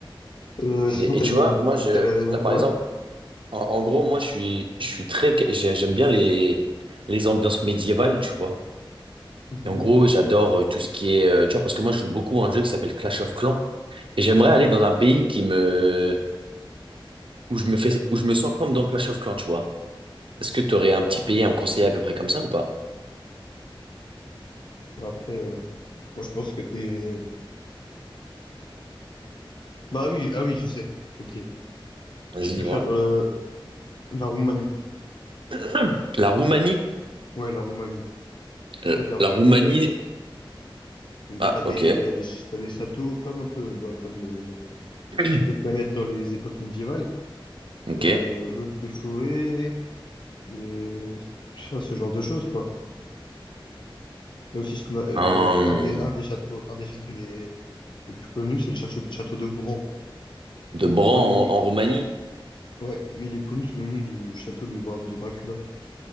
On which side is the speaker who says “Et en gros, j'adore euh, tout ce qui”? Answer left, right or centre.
Right